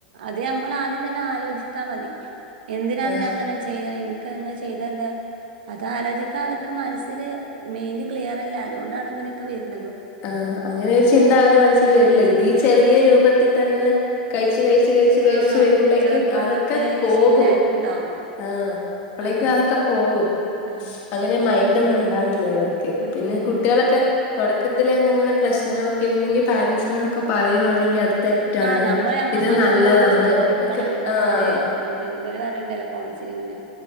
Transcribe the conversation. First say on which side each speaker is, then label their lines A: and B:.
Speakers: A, on the right; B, on the left.
A: ഇത് നമ്മൾ ആദ്യം തന്നെ ആലോചിക്കാ മതി എന്തിനാണ്
B: ആഹ്
A: നങ്ങനെ ചെയ്തത് ക്കെ അങ്ങ് ചെയ്താ എന്താ അത് ആലോചിക്കാ അവർ ക്ക്‌ മനസ്സില് മെയിന്റ് ക്ലിയർ അല്ല അതുകൊണ്ടാണ് ഇങ്ങനെയൊക്കെ വരുന്നതും
B: ആഹ അങ്ങനെ ഒരു ചിന്ത അവരുടെ മനസ്സിൽ വരില്ല
A: ചിന്ത
B: ഇത് ഈ ചെറിയ രൂപത്തിൽ തന്നെ കഴിച്ചു കഴി ച്ച് കഴിച്ച് കഴിച്ചു
A: ആഹ്
B: വരുമ്പോളേക്കും
A: ചെറുപ്പം
B: അതൊക്കെ
A: തൊട്ടേ
B: പോകും
A: ശീലായിട്ടുണ്ടാവും
B: ആഹ അപ്പോളേക്കും
A: മക്കക്ക്.
B: അതൊക്കെ പോകും
A: ആഹ്
B: അങ്ങനെ മൈന്റ് ഒന്നും ഉണ്ടാവില്ലേവർ ക്ക്
A: മൈൻഡുണ്ടാവില്ല.
B: പിന്നെ കുട്ടികളൊക്കെ തുടക്കത്തിലേ എന്തെങ്കിലും പ്രശ്നങ്ങളൊക്കെ ഉണ്ടെങ്കിൽ പാരന്റ്സിനോടൊക്കെ പറയുവാണെങ്കിൽ അത് തെറ്റാണ്
A: ആഹ് നമ്മള് നമ്മളെ
B: ഇത്
A: മക്കളോട്
B: നല്ലതാണ്
A: ചോദിക്കണം
B: ഒക്കെ
A: എന്താ
B: ആഹ്
A: മോനേ എന്താ ഇവര് വരണ്ടയല്ലേ കോൺസിലിങ്ങിന്